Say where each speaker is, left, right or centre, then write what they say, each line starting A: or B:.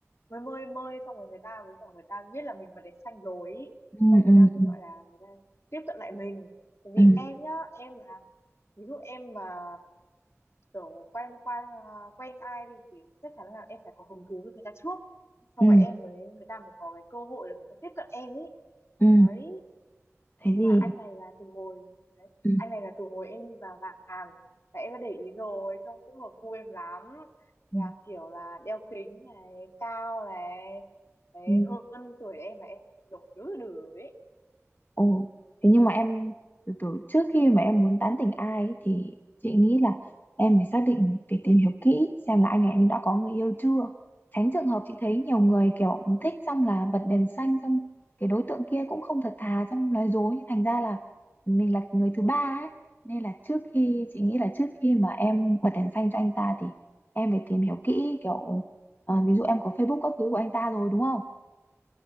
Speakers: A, on the left; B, on the left.
A: mới mơi mơi xong rồi người ta mới bảo người ta biết là mình bật đèn xanh rồi ý.
B: Ừ
A: xong người
B: ừ
A: ta mới
B: ừ
A: gọi là người ta tiếp cận lại mình tại vì
B: ừ
A: em nhá em là ví dụ em mà kiểu quen quen ờ, quen ai đi thì chắc chắn là em phải có hứng thú với người ta trước xong
B: ừ ừ
A: rồi em mới người ta mới có cái cơ hội là người ta tiếp cận em ý
B: ừ.
A: đấy
B: Thế thì
A: mà anh này là từ hồi đấy,
B: ừ
A: anh này là từ hồi em đi vào làm tại em đã để ý rồi trông cũng hợp gu em lắm
B: ừ
A: là kiểu là đeo kính này cao này đấy
B: ừ.
A: hơn tuổi em là em đổ đứa đứa ấy
B: Ồ, thế nhưng mà em từ từ trước khi mà em muốn tán tỉnh ai ấy, thì chị nghĩ là em phải xác định phải tìm hiểu kỹ xem là anh này anh đã có người yêu chưa. Tránh trường hợp chị thấy nhiều người kiểu thích xong là bật đèn xanh xong cái đối tượng kia cũng không thật thà xong nói dối nhưng thành ra là mình là người thứ ba ấy. Nên là trước khi chị nghĩ là trước khi mà em bật đèn xanh cho anh ta thì em phải tìm hiểu kỹ kiểu à, ví dụ em có Facebook các thứ của anh ta rồi đúng không?